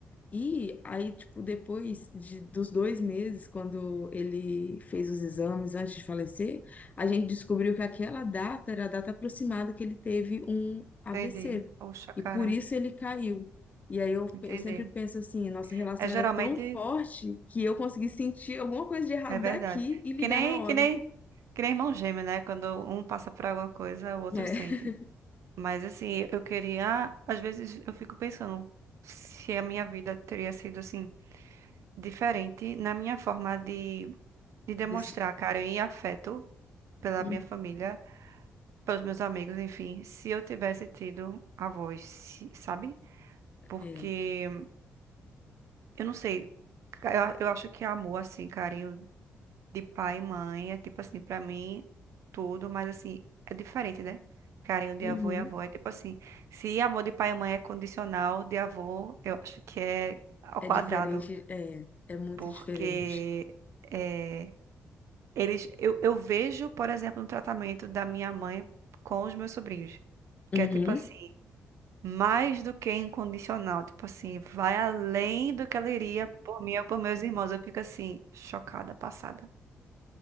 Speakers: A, on the left (about 30°); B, on the right (about 75°).
A: E aí, tipo, depois de- dos dois meses, quando ele fez os exames antes de falecer, a gente descobriu que aquela data era a data aproximada que ele teve um AVC.
B: Entendi. Poxa, cara.
A: E por isso ele caiu. E aí eu,
B: Entendi.
A: eu sempre penso assim, nossa relação
B: É geralmente
A: era tão forte que eu consegui sentir alguma coisa de errado
B: é verdade.
A: daqui e ligar
B: Que nem,
A: na hora.
B: que nem, que nem irmão gêmeo, né? Quando um passa por alguma coisa, o outro
A: É,
B: sente.
A: <laughs>
B: Mas assim, eu queria, às vezes eu fico pensando se a minha vida teria sido assim diferente na minha forma de, de demonstrar
A: desse-
B: carinho e afeto pela
A: Hum,
B: minha família, pelos meus amigos, enfim, se eu tivesse tido a voz, se- sabe? Porque
A: é,
B: Eu não sei. Eu, eu acho que amor, assim, carinho de pai e mãe é tipo assim, pra mim, tudo, mas assim, é diferente, né? Carinho de
A: Uhum.
B: avô e avó é tipo assim. Se amor de pai e mãe é condicional, de avô, eu acho que é ao
A: É
B: quadrado.
A: diferente, é, é muito
B: Porque
A: diferente.
B: é, eles, eu, eu vejo, por exemplo, no tratamento da minha mãe com os meus sobrinhos.
A: Uhum.
B: Que é tipo assim. mais do que incondicional, tipo assim, vai além do que ela iria por mim ou por meus irmãos. Eu fico assim, chocada, passada.